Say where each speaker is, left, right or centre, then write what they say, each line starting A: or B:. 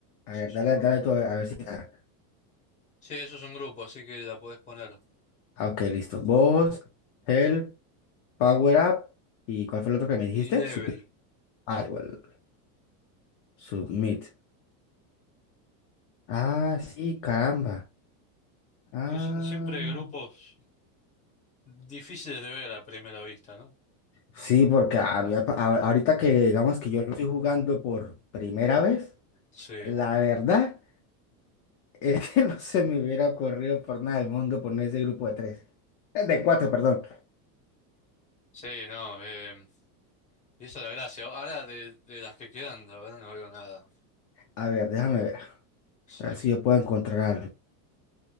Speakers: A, on the left; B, on the left.
A: si
B: A ver,
A: es
B: dale,
A: un grupo.
B: dale tú a ver, a ver si está.
A: Sí, eso es un grupo, así que la podés poner.
B: Ah, ok, listo. Boss, Health, Power Up. ¿Y cuál fue el otro que me dijiste?
A: Y Level.
B: Superior. Ah, igual. Submit. Ah, sí, caramba. Ah,
A: Y son siempre grupos difíciles de ver a primera vista, ¿no?
B: sí, porque a mí, a- a- ahorita que digamos que yo lo estoy jugando por primera vez,
A: Sí,
B: la verdad es que <laughs> no se me hubiera ocurrido por nada del mundo poner ese grupo de tres. Eh, De cuatro, perdón.
A: sí, no, eh, y esa es la gracia. Ahora de, de las que quedan, la verdad no veo nada.
B: A ver, déjame ver.
A: Sí,
B: A ver si yo puedo encontrar algo.